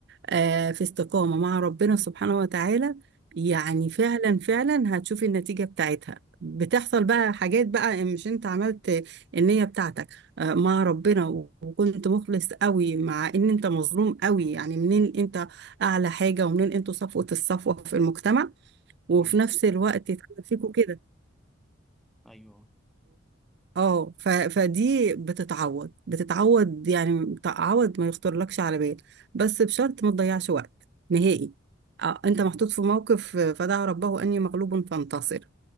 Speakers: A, on the right; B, in the centre.
A: آه، في استقامة مع ربنا سبحانه وتعالى يعني فعلا فعلا هتشوفي النتيجة بتاعتها بتحصل بقى حاجات بقى مش انت عملت النية بتاعتك آه، مع ربنا وكنت مخلص قوي مع ان انت مظلوم قوي يعني منين انت اعلى حاجة ومنين انتوا صفوة الصفوة في المجتمع وفي
B: مم.
A: نفس
B: بالظبط.
A: الوقت يتحدث فيكوا كده
B: ايوه
A: اه ف... فدي بتتعوض بتتعوض يعني تعوض ما يخطرلكش على بال بس بشرط ما تضيعش وقت نهائي آه انت محطوط في موقف آه، فدعا ربه اني مغلوب فانتصر